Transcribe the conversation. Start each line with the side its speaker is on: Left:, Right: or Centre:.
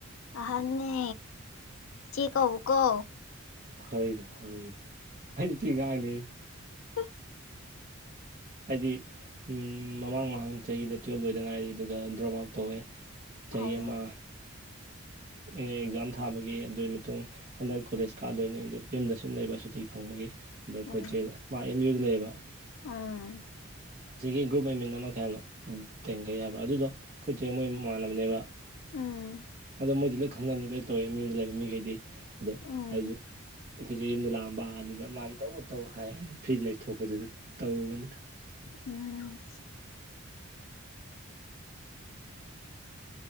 Left: ꯑꯍꯟꯅꯦ ꯆꯦ ꯀꯧ ꯀꯣ
Right: ꯍꯣꯏꯗ ꯍꯣꯏꯗ ꯑꯩ ꯅꯨꯡꯇꯤꯒꯤ ꯉꯥꯡꯅꯦ
Left: <unintelligible>
Right: ꯑꯩꯗꯤ ꯎꯝ ꯃꯃꯥꯡ ꯃꯃꯥꯡ ꯆꯍꯤꯗ ꯇꯨꯌꯦꯜꯕ ꯂꯣꯏꯗ ꯉꯥꯏꯔꯤ ꯑꯗꯨꯒ ꯗ꯭ꯔꯣꯞ ꯑꯥꯎꯠ ꯇꯧꯋꯦ ꯆꯍꯤ
Left: ꯑꯣ
Right: ꯑꯃ ꯑꯦꯛꯖꯥꯝ ꯊꯥꯕꯒꯤ ꯑꯗꯨꯏ ꯃꯇꯨꯡ ꯍꯟꯗꯛ ꯀꯣꯂꯦꯖ ꯀꯥꯗꯣꯏꯅꯦ ꯑꯗꯨ ꯌꯨꯝꯗ ꯁꯨꯝ ꯂꯩꯕ ꯁꯨꯇꯤ ꯐꯪꯕꯒꯤ ꯍꯟꯗꯛ ꯑꯩꯈꯣꯏꯆꯦ
Left: ꯎꯝ
Right: ꯃꯥ ꯑꯦꯝ ꯌꯨꯗ ꯂꯩꯌꯦꯕ
Left: ꯎꯝ
Right: ꯆꯦꯒꯤ ꯒ꯭ꯔꯨꯞ ꯑꯦꯗꯃꯤꯟ ꯑꯃ ꯀꯩ ꯍꯥꯏꯕꯅꯣ ꯇꯦꯡꯒꯩ ꯍꯥꯏꯕ꯭ꯔꯥ ꯑꯗꯨꯗꯣ ꯈꯣꯏ ꯆꯦ ꯃꯣꯏ ꯃꯃꯥꯟꯅꯕꯅꯦꯕ
Left: ꯎꯝ
Right: ꯑꯗꯣ ꯃꯣꯏꯗꯤ ꯂꯣꯏ ꯈꯪꯅꯕꯅꯤꯅ ꯂꯣꯏ ꯇꯧꯋꯦ ꯑꯦꯝ ꯌꯨꯗ ꯂꯩꯕ ꯃꯤꯒꯩꯗꯤ ꯑꯗꯣ
Left: ꯎꯝ
Right: ꯑꯩꯖꯨ ꯑꯩꯈꯣꯏꯆꯦ ꯌꯨꯝꯗ ꯂꯥꯛꯑꯝꯕ ꯑꯗꯨꯗ ꯃꯥꯅ ꯇꯧꯋꯣ ꯇꯧ ꯍꯥꯏ ꯐ꯭ꯔꯤꯗ ꯂꯩꯊꯣꯛꯄꯗꯨꯗ ꯇꯧꯕꯅꯤꯗ
Left: ꯎꯝ